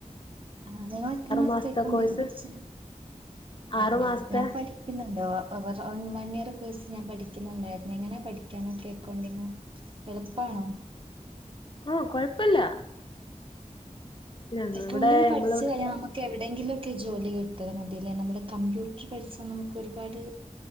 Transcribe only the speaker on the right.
ആഹ് നിങ്ങള്എത്രമാസ്ത്തേ
എക്കൗണ്ടിങ്പഠിച്ച്
അതെയോ
ഞാൻപഠി ക്കിന്നുണ്ടോ അപ്പപറവൺ വൺഇയറ്കോഴ്സ് ഞാൻ പഠിക്യുന്നുണ്ടായിരുന്നു എങ്ങനേ പഠിക്ക്യാനൊക്കെഎക്കോണ്ടിങ് എള്പ്പാണോ
എക്കൊണ്ടിങ്പഠച്ച്കഴിഞാ
നമ്മ ക്കെഎവിടെങ്കിലൊക്കെ ജോലികിട്ടാമതീല്ലേ നമ്മള്കമ്പ്യൂട്ടർ പഠിച്ചാനമുക്കൊരുപാട്